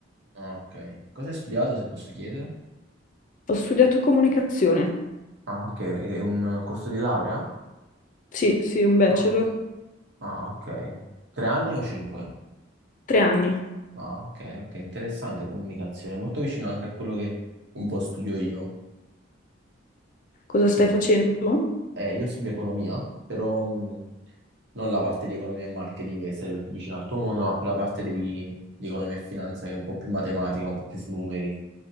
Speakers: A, on the right; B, on the left.
A: Ah, ok. Cosa hai studiato, se posso chiedere?
B: Ho studiato comunicazione.
A: Ah, ok, è un corso di laurea?
B: Sì, sì, un bachelor,
A: Ah, ah, ok. Tre anni o cinque?
B: tre anni.
A: Ah, ok, ok, interessante comunicazione, molto vicino anche a quello che un po' studio io.
B: Cosa stai
A: che
B: facendo tu?
A: Eh, io studio economia, però mh, non la parte di economia e marketing che sarebbe più vicina al tuo mondo, ma più la parte di, di economia e finanza che è un po' più matematica, un po' più sui numeri.